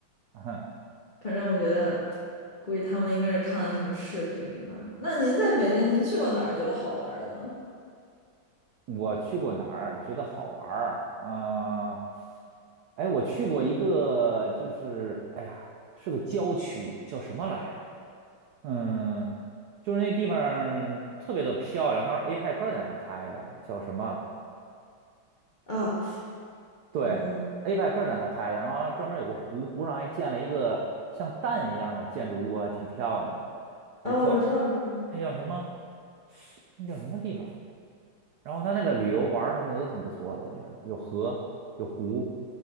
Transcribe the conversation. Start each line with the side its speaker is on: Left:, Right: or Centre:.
Right: <laughs>
Left: 反正我觉得估计他们应该是看了什么视频吧。那您在北京，您去过哪儿觉得好玩儿的呢？
Right: 我去过哪儿觉得好玩儿？嗯、哎，我去过一个，就是哎呀，是个郊区，叫什么来着？嗯，就是那地方儿特别的漂亮，当时 A 派克在那儿开的，叫什么？
Left: 啊，
Right: 对，A
Left: 嗯。
Right: 派克在那儿开的，然后专门有个湖，湖上还建了一个像蛋一样的建筑物啊，挺漂亮的。而叫
Left: 哦，我知道，我知道，
Right: 那叫什么？那叫什么地方？然后它那个旅游玩儿什么的都挺不错的，我觉得有河有湖，